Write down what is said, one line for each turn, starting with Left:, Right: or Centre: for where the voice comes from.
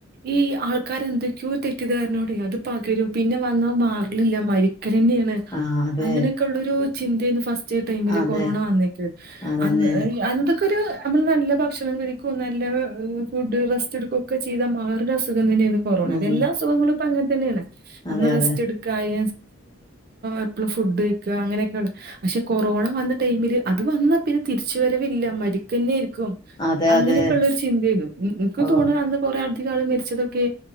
Right: ഈ ആൾക്കാര എന്തൊക്കെയോ തെറ്റിദ്ധാരനോട അത് പകരും പിന്നെ വന്നാ മാറലില്ല മരിക്കും. ഒക്ക തന്നെയാണ്
Left: ആ അതെ
Right: അങ്ങനെയൊക്കെ ഉള്ളരു ചിന്തയന്ന് ഫസ്റ്റ് ടൈമിൽ
Left: അതെ
Right: കൊറോണ വന്നിട്ട്
Left: അതന്നെ
Right: അന്ന് <unintelligible> നമ്മൾ നല്ല ഭക്ഷണം കഴിക്കും നല്ല ഫുഡ് റസ്റ്റ് എടുക്ക ഒക്കെ ചെയ്താ മാറണ അസുഖം കൊറോണ
Left: ഉം
Right: എല്ല സുഖങ്ങളും പ്പം അങ്ങൻ തന്നെയാണ് നമ്മള്
Left: അതെ അതെ
Right: റസ്റ്റ് എടുക്കായി എപ്പളും ഫുഡ് കഴിക്കാ അങ്ങനെയൊക്കെ ഉള്ള പക്ഷെ കൊറോണ വന്നിട്ട് ടൈമില് അത് വന്നാ പിന്നെ തിരിച്ചു വരവില്ല മരിക്കന്നെയിരി ക്കും
Left: അതെ
Right: അങ്ങനെയൊക്കെ
Left: അതെ
Right: ഉള്ള ഒരു ചിന്തയരുന്നു ഇന്ക്
Left: ഓ
Right: തോണാ അന്ന് കുറെ അധിക ആൾ മരിച്ചതൊക്കെ